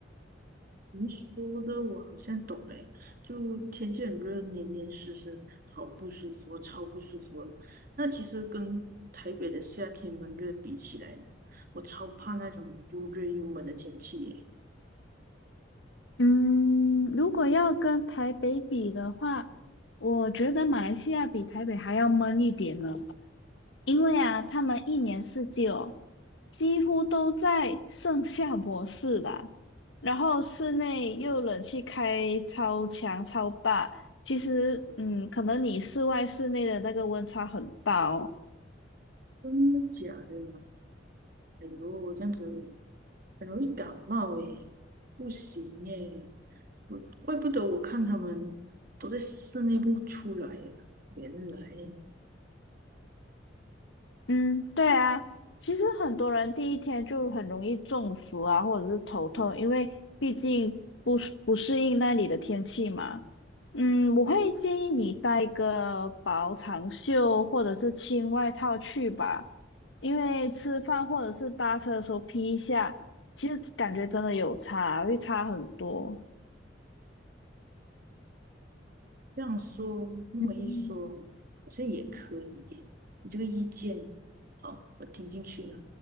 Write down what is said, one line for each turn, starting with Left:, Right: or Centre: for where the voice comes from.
Right: 您说的我好像懂诶，就天气很热，黏黏湿湿，好不舒服哦超不舒服的。那其实跟台北的夏天闷热比起来呢，我超怕那种又热又闷的天气耶。
Left: 嗯，如果要跟台北比的话，我觉得马来西亚比台北还要闷一点呢。因为啊，他们一年四季哦，几乎都在盛夏模式啦。然后室内又冷气开超强超大，其实嗯，可能你室外室内的那个温差很大哦。
Right: 真的假的啊？哎呦，这样子很容易感冒诶，不行诶，我怪不得我看他们都在室内不出来呀，原来。
Left: 嗯，对啊，其实很多人第一天就很容易中暑啊，或者是头痛，因为毕竟不适不适应那里的天气嘛。嗯，我会建议你带一个薄长袖或者是轻外套去吧，因为吃饭或者是搭车的时候披一下，其实感觉真的有差，会差很多。
Right: 这样说，那么一说，
Left: 嗯
Right: 好像也可以耶。你这个意见，嗯好，我听进去了。